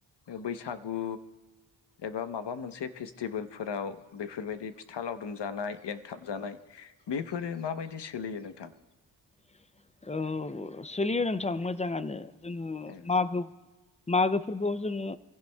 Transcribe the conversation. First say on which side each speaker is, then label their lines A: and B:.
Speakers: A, on the left (about 60°); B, on the left (about 15°).
A: बैसागु एबा माबा मोनसे फेस्टिभेलफोराव बेफोरबायदि फिथा लावदुम जानाय एनथाब जानाय बेफोरो माबायदि सोलियो नोंथां
B: <unintelligible> औ सोलियो नोंथां मोजाङानो जोङो
A: औ
B: मागो मागो फोरबोआव जोङो